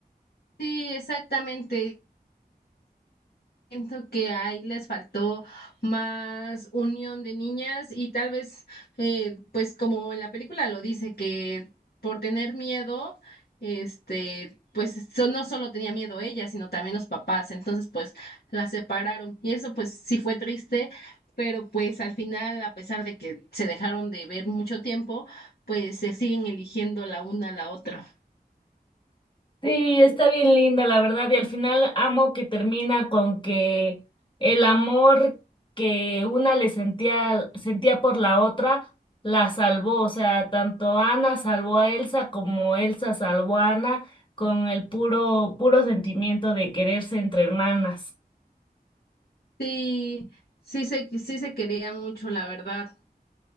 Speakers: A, on the left; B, on the left.
A: Sí, exactamente. Siento que ahí les faltó más unión de niñas y tal vez, eh, pues como en la película lo dice, que por tener miedo, este, pues so- no solo tenía miedo ella, sino también los papás, entonces pues la separaron y eso pues sí fue triste, pero pues al final, a pesar de que se dejaron de ver mucho tiempo, pues se siguen eligiendo la una a la otra.
B: Sí, está bien linda, la verdad, y al final amo que termina con que el amor que una le sentía, sentía por la otra la salvó, o sea, tanto Ana salvó a Elsa como Elsa salvó a Ana con el puro, puro sentimiento de quererse entre hermanas.
A: Sí, sí se, sí se quería mucho, la verdad.